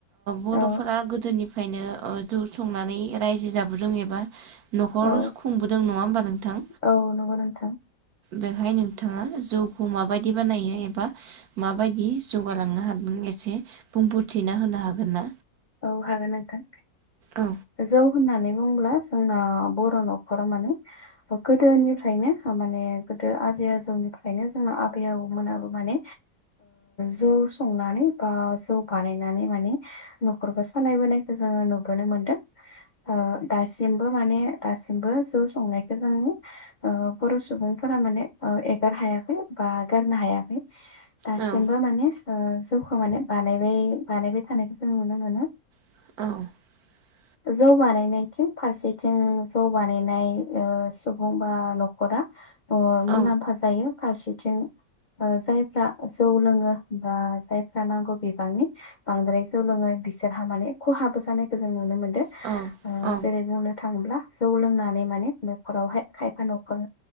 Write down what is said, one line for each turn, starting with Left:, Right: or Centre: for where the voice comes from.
Right: बर'फोरा
Left: औ
Right: गोदोनिफ्रायनो जौ संनानै रायजो जाबोदों एबा न'खर
Left: औ
Right: खुंबोदों नङा होमबा नोंथां?
Left: औ नंगौ नोंथां
Right: बेवहाय नोंथाङा जौखौ माबायदि बानायो एबा माबायदि जौगालांनो हागोन एसे बुंफोरथिना होनो हागोन ना?
Left: औ हागोन नोंथां
Right: औ
Left: जौ होननानै बुंब्ला जोंना बर' न'खरा माने गोदोनिफ्रायनो माने गोदो आजै आजौनिफ्रायनो जोंना आबै आबौमोनाबो माने जौ संनानै बा जौ बानायनानै माने नखर सालायबोनायखौ जोङो नुबोनो मोनदों ओ दासिमबो माने दासिमबो जौ संनायखो जों ओ बर' सुबुंफोरा माने ओ एगार हाया। <unintelligible> बा गारनो हायाखै। दासिमबो
Right: औ औ
Left: माने ओ जौखौ माने बानायबाय बानायबाय थानायखौ जों नुनो मोनो
Right: <unintelligible>
Left: जौ बानायनायथिं फारसेथिं जौ बानायनाय ओ सुबुं बा न'खरा <unintelligible> ओ
Right: औ
Left: मुलाम्फा जायो फारसेथिं ओ जायफ्रा जौ लोङो बा जायफ्रा नांगौ बिबांनि बांद्राय जौ लोङो बिसोरहा माने खहाबो जानायखौ जों नुनो मोनदों
Right: औ
Left: ओ
Right: औ
Left: जेरै बुंनो थाङोब्ला जौ लोंनानै माने न'खरावहाय खायफा न'खर